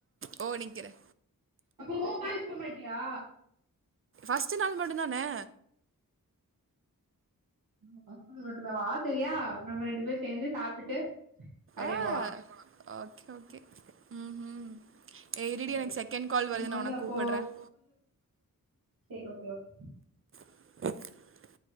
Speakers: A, on the right; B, on the right.
A: ஓ நிக்கிறே
B: அப்போ உ காலேஜ் போமாட்டியா
A: ஃபஸ்ட்டு நாலு மட்டு தானே
B: நம்ம பசங்களோட தா வா தெரியா நம்ம ரெண்டு பேர் சேர்ந்து சாப்ட்டுட்டு அப்டியே
A: ஆஹ்
B: போலா
A: ஓகே ஓகே ம் ம் ஏ இருடி
B: சேரி
A: எனக்கு செகண்ட் கால்
B: எனக்கு
A: வருது நான்
B: வந்து
A: உன
B: அப்போ
A: கூப்புடுறேன்
B: செரி ஓகே ஓகே
A: <inaudible>